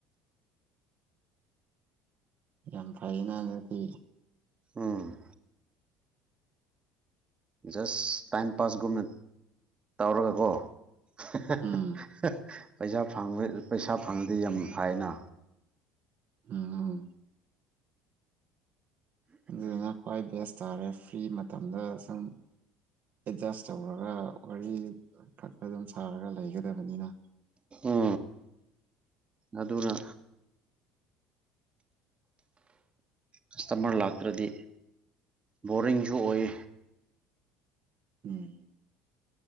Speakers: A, on the right; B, on the right.
A: ꯌꯥꯝ ꯐꯥꯏꯩꯅ ꯂꯩꯗꯤ
B: ꯎꯝ ꯖꯁ ꯇꯥꯏꯝ ꯄꯥꯁꯒꯨꯝꯅ ꯇꯧꯔꯒꯀꯣ <unintelligible>
A: ꯎꯝ
B: ꯄꯩꯁꯥ ꯄꯩꯁꯥ ꯐꯪꯉꯗꯤ ꯌꯥꯝ ꯐꯥꯏꯅ
A: ꯎꯝ ꯑꯗꯨꯗꯨꯅ ꯈ꯭ꯋꯥꯏ ꯕꯦꯁ ꯇꯥꯔꯦ ꯐ꯭ꯔꯤ ꯃꯇꯝꯗ ꯁꯨꯝ ꯑꯦꯠꯖꯁ ꯇꯧꯔꯒ ꯋꯥꯔꯤ ꯈꯛꯇ ꯑꯗꯨꯝ ꯁꯥꯔꯒ ꯂꯩꯒꯗꯕꯅꯤꯅ
B: ꯎ ꯑꯗꯨꯅ ꯀꯁꯇꯃꯔ ꯂꯥꯛꯇ꯭ꯔꯗꯤ ꯕꯣꯔꯤꯡꯁꯨ ꯑꯣꯏ
A: ꯎꯝ